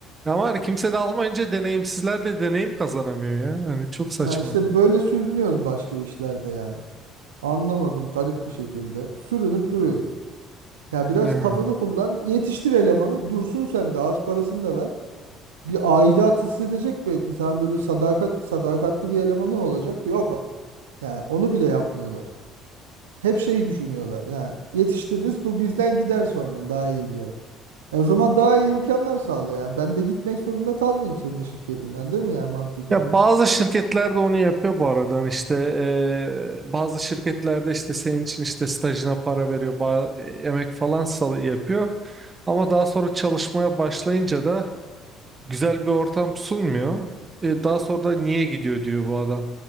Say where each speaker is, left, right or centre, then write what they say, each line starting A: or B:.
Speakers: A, on the right; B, on the right.
A: Ama hani kimse de almayınca deneyimsizler de deneyim kazanamıyor ya. Hani çok saçma.
B: ya işte böyle sürünüyoruz başka işlerde yani. Anlamadım garip bir şekilde. Sürünüp duruyoruz. Ya biraz
A: Ya.
B: kafanı kullan, yetiştir elemanı, dursun sen de az parasını da ver. Bir aidat hissedecek belki. Sen böyle sadakat sadakatli bir elemanı olacak. Yok. Yani onu bile yapmıyorlar. Hep şey düşünüyorlar. Yani yetiştiririz bu bizden gider sonra daha iyi bir yere. E o zaman daha iyi imkanlar sağla ya. Ben de gitmek zorunda kalmayayım senin şirketinden değil mi ya mantıken?
A: Ya bazı şirketler de onu yapıyor bu aradan işte eee, bazı şirketlerde işte senin için işte stajına para veriyor ba- e, emek falan sal yapıyor ama daha sonra çalışmaya başlayınca da güzel bir ortam sunmuyor E, daha sonra da niye gidiyor diyor bu adam